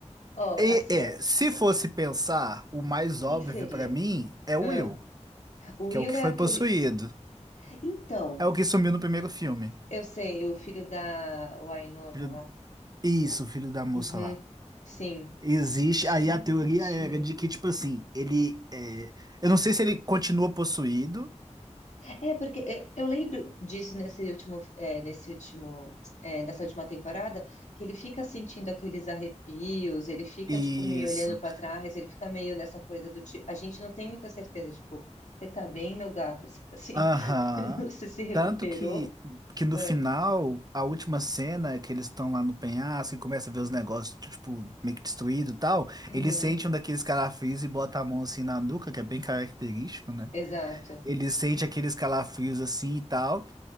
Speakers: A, on the left (about 75°); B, on the right (about 35°).
A: Ó,
B: E,
A: assim,
B: é,
A: ó.
B: se fosse pensar, o mais
A: Quem
B: óbvio
A: seria?
B: pra mim é o
A: Ah,
B: Will,
A: o Will
B: que é o que
A: é
B: foi
A: aquele.
B: possuído.
A: Então,
B: É o que sumiu no primeiro filme.
A: eu sei, o filho da Wynonna
B: Filho-
A: lá.
B: Isso, filho da moça
A: Uhum,
B: lá.
A: sim.
B: Existe.
A: Gente.
B: Aí a teoria era de que, tipo assim, ele. é, Eu não sei se ele continua possuído.
A: É, porque é, eu lembro disso nesse último, é, nesse último, é, nessa última temporada, que ele fica sentindo aqueles arrepios, ele fica,
B: Isso.
A: tipo, meio olhando para trás, ele fica meio nessa coisa do tipo. A gente não tem muita certeza, tipo, você tá bem, meu gato? <laughs> Assim,
B: Aham.
A: <laughs> você se recuperou?
B: Tanto que, que no
A: Ah,
B: final, a última cena que eles estão lá no penhasco e começa a ver os negócios, tipo, meio que destruído e tal,
A: uhum,
B: ele sente um daqueles calafrios e bota a mão assim na nuca, que é bem característico, né?
A: exato.
B: Ele sente aqueles calafrios assim e tal,